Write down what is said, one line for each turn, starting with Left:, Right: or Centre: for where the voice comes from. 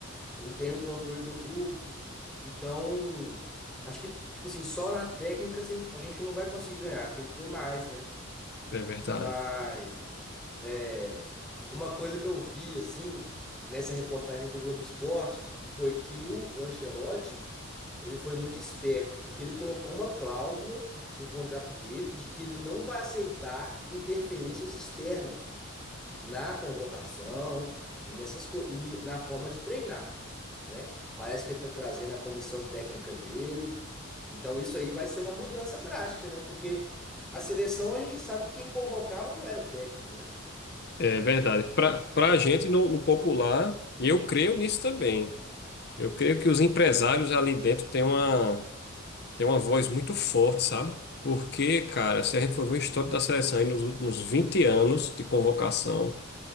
Centre: não tem o controle do grupo. Então, acho que, tipo assim, só na técnica a gente a gente não vai conseguir ganhar. Tem que ter mais, né?
Left: É verdade.
Centre: Mas é, uma coisa que eu vi assim nessa reportagem do Globo Esporte foi que o Ancelotti ele foi muito esperto porque ele colocou uma cláusula no contrato dele de que ele não vai aceitar interferências externas na convocação e nessas co- e ni- na forma de treinar, né? Parece que ele está trazendo a comissão técnica dele. Então isso aí vai ser uma mudança drástica, né? Porque a seleção a gente sabe que quem convocava não era o técnico, né?
Left: É verdade. Pra para gente no, no popular, e eu creio nisso também. Eu creio que os empresários ali dentro têm uma Tem uma voz muito forte, sabe? Porque, cara, se a gente for ver o histórico da seleção aí nos últimos 20 anos de convocação,